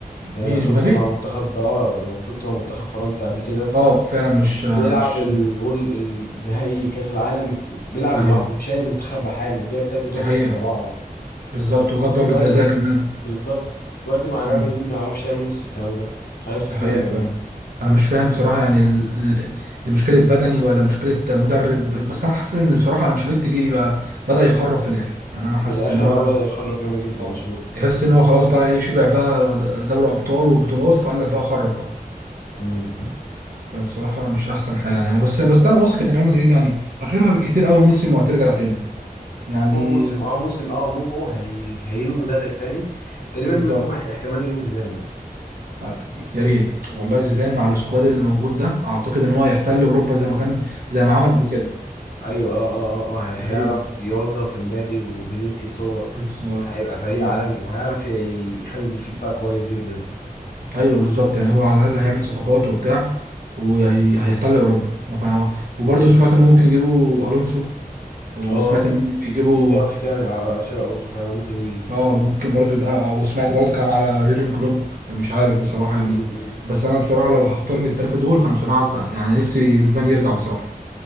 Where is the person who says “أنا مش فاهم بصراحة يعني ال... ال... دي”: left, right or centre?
Right